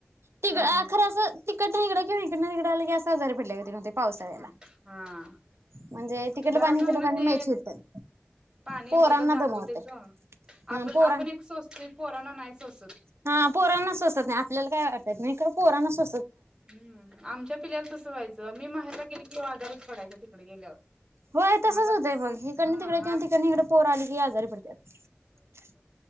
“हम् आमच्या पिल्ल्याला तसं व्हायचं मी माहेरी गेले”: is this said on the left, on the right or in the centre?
Right